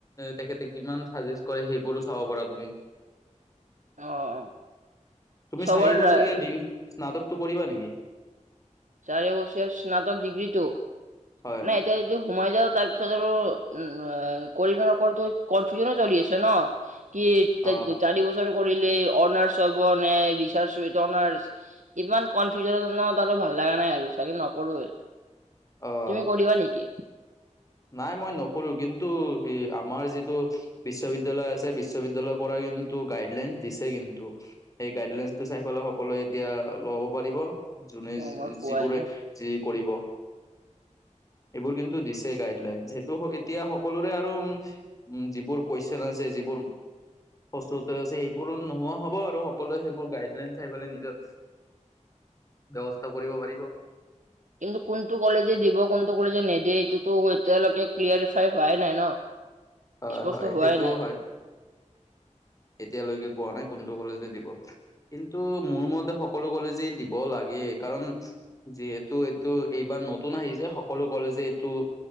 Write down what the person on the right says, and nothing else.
অ
চবৰ
আহ,
চাৰে বছৰীয়া স্নাতক ডিগ্ৰীটো
ন এতিয়া যদি সোমাই যাওঁ তাৰপিছত আৰু উম কৰি ন নক তো কনফিউজনো চলি আছে ন কি
চাৰি বছৰ কৰিলে অনাৰ্চ হব নে ৰিচাৰ্চ উইথ অনাৰ্ছ ইমান কনফিউজনত আৰু ভাল লগা নাই আৰু চাগে নকৰোৱে
তুমি কৰিবা নেকি
অ মই পোৱাই
নাই
কিন্তু কোনটো কলেজে দিব কোনটো কলেজে নেদে এইটো তো এতিয়ালৈকে ক্লিয়াৰিফাই হোৱাই নাই ন
স্পষ্ট
হোৱাই
নাই